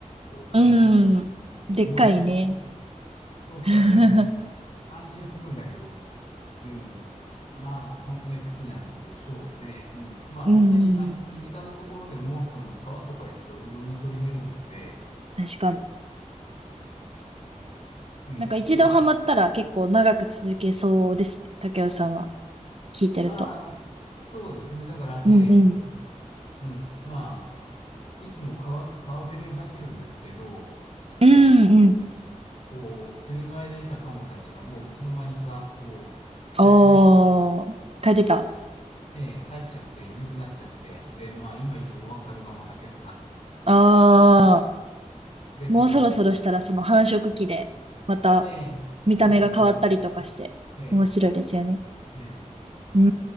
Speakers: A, on the left; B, on the right.
A: を掲げて、
B: うん。でっかいね。
A: 思いっきり遠くから狙って
B: <laughs>
A: 安心するんだけど、うん。まあ、本当に好きなんでしょうね。うん。まあ、
B: うんうん。
A: 本当に、あ、身近なところでも、その川とか行くといろんな鳥がいるので、
B: 確かに。
A: うん。
B: なんか一度ハマったら結構長く続けそうですね。
A: まあ、
B: 竹雄さんは聞いてると。
A: ああ、そうですね。だから、えーっと、
B: うんうん。
A: うん。まあ、いつも川ず、川べりを走るんですけど、
B: うんうん。
A: えーこう、冬の間いたカモたちがもういつの間にか、こう、北へ帰っ
B: おー。書いてた。
A: ええ、帰っちゃっていなくなっちゃって、で、まあ今いるのはカルガモだけとか。
B: あ
A: <laughs> で、
B: ー。もうそろそろしたらその繁殖期で、
A: こ
B: また
A: う、ええ、
B: 見た目が変わったりとかして、
A: そうですね。うん、ええ、
B: 面白いですよね。
A: ええ、
B: うー